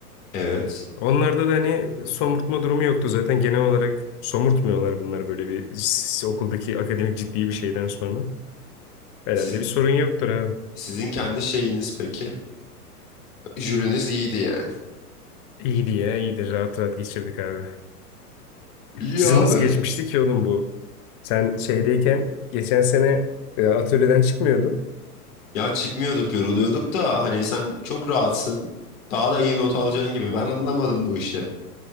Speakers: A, on the left; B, on the left.
A: Evet.
B: Onlarda da hani somurtma durumu yoktu zaten. Genel olarak somurtmuyorlar bunları böyle bir s- okuldaki akademik ciddi bir şeyden sonra. Herhalde
A: Siz,
B: bir sorun yoktur abi.
A: sizin kendi şeyiniz peki? Jüriniz iyiydi yani.
B: İyiydi ya, iyidir. Rahat rahat geçirdik abi.
A: İyi
B: Sizin
A: abi.
B: nasıl geçmişti ki oğlum bu? Sen şeydeyken geçen sene e, atölyeden çıkmıyordun.
A: Ya çıkmıyorduk, yoruluyorduk da hani sen çok rahatsın. Daha da iyi not alacaksın gibi. Ben anlamadım bu işi.